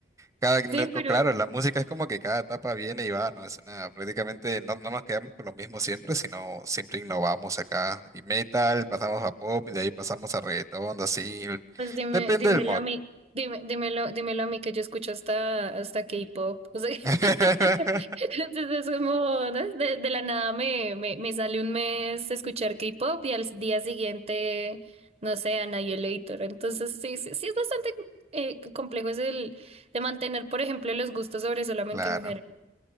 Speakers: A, on the right; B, on the right.
A: Cada, no,
B: sí,
A: co-
B: pero
A: claro, la música es como que cada etapa viene y va, ¿no? Es una, prácticamente no, no nos quedamos con lo mismo siempre, sino siempre innovamos acá. Y metal, pasamos a pop, y de ahí pasamos a reggaetón, así. el-
B: Pues dime,
A: Depende
B: dímelo
A: del mod.
B: a mí, dime, dímelo, dímelo a mí que yo escucho hasta, hasta K-pop. O sea,
A: <laughs>
B: <laughs> entonces es como, ¿no? de, de la nada me, me, me sale un mes escuchar K-pop y al día siguiente, no sé, Annihilator. Entonces sí, sí, sí es bastante eh, complejo es el de mantener, por ejemplo, los gustos sobre solamente
A: Claro.
B: un género.